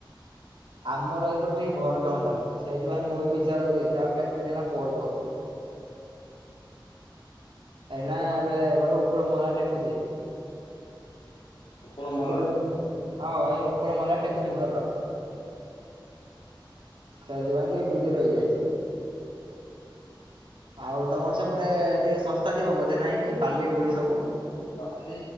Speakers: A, on the right; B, on the left.
A: ଆମର ଏପରେ ଟିକେ ଘର କାମ ଚାଲୁଛି ସେଇଥିପାଇଁ ମୁଁ ବିଯାର ହେଇଯାଇଛି ଆଉ କେତେ ଦିନ ହେଲା କଲ୍ କରୁନି। ଏଇନା ଏବେ ଗୋଟେ ଉପର ମହଲା ଟେକୁଛି।
B: ଉପର ମହଲା।
A: ବୁଝିଲ କି ନା ହଁ ଏଇ ଉପର ମଲା ଟେକୁଛି ଘରର। ସେଇଥି ପାଇଁ ଟିକେ ବିଯି ରଇଯାଇଛି। ଆଉ ତମର ସେପଟେ ଟିକେ ଶସ୍ତା ଥିବ ବୋଧେ ନହିଁ କି ବାଲି ଗୋଳି ସବୁ।
B: ବାଲି